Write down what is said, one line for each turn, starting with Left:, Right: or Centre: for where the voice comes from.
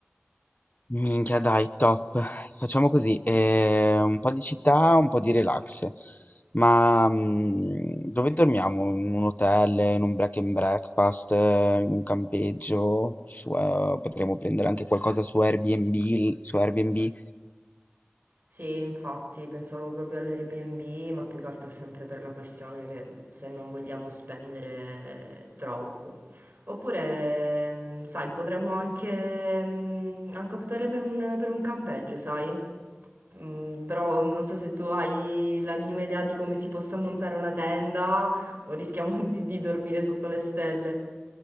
Left: Minchia, dai, top. Facciamo così, eh, un po' di città, un po' di relax. Ma mm, dove dormiamo? In un hotel, in un break and breakfast, eh, in un campeggio? Su, eh, potremmo prendere anche qualcosa su Airbnb, su Airbnb.
Right: Sì, infatti pensavo proprio all'Airbnb, ma più che altro sempre per la questione che se non vogliamo spendere troppo. Oppure, mm, sai, potremmo anche, mm, anche optare per un, per un campeggio, sai? Mm, però non so se tu hai la minima idea di come si possa montare una tenda o rischiamo <laughs> di di dormire sotto le stelle.